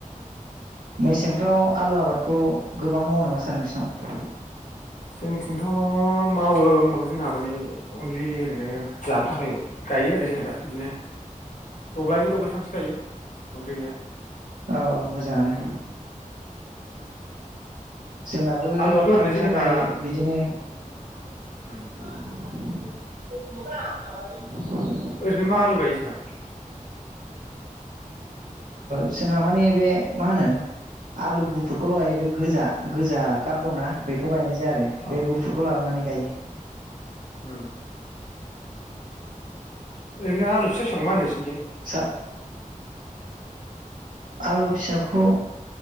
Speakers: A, on the right; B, on the left.
A: मेसेंफ्राव आलु आबादखौ गोबां मावो नामा सार नोंसिनाव?
B: जोंथिंथ मावो होनोमबाबो जोंहा माने अनलि ओरैनो जानो थाखाय गायो आरो जेनेबा बिदिनो। दब्लायनि दब्लाय सानस्रिखायो । बुजै गैया <unintelligible>
A: औ औ मोजाङानो। जोंनाबो
B: आलुआथ'
A: फाननो
B: ओरैनो जेनेबा
A: थाखाय बिदिनो <unintelligible>
B: उम ओरैनो मा आलु गायो नों सिना?
A: जोंहा माने बे मा होनो आलु गुफुरखौ लगायो बे गोजा। गोजा गाब दंना बेखौ गायनाय जा आरो
B: अ
A: बे गुफुरखौ लाबोनानै गायो‌
B: उम ओरैनोलु फिसा फिसौ म होनो? नोंसिनिथिं
A: सा आलु फिसाखौ